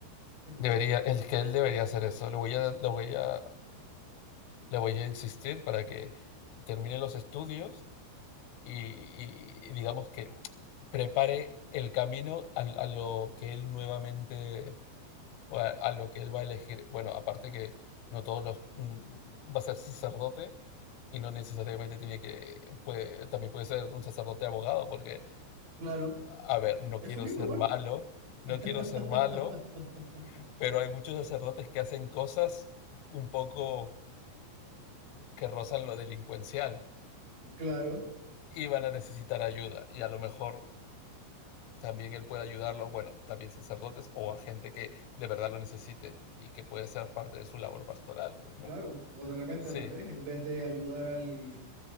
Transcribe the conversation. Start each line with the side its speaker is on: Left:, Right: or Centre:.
Right: Sí.
Left: Debería, el que él debería hacer eso. Lo voy a, lo voy a le voy a insistir para que termine los estudios y, y- y digamos que prepare el camino al- a, lo que él nuevamente, o a, a lo que él va a elegir. Bueno, aparte que no todos los mm, va a ser sacerdote y no necesariamente tiene que, puede- también puede ser un sacerdote abogado, porque,
Right: Claro,
Left: a ver, no
Right: eso
Left: quiero
Right: mismo
Left: ser
Right: igual.
Left: malo, no
Right: <laughs>
Left: quiero ser malo, pero hay muchos sacerdotes que hacen cosas un poco que rozan lo delincuencial.
Right: Claro,
Left: y van a necesitar ayuda y a lo mejor también él puede ayudarlo, bueno, también sacerdotes o
Right: Ajá.
Left: a gente que de verdad lo necesite y que puede ser parte de su labor pastoral, pues,
Right: claro.
Left: ¿no?
Right: O de repente
Left: Sí,
Right: al revés, en vez de ayudar al,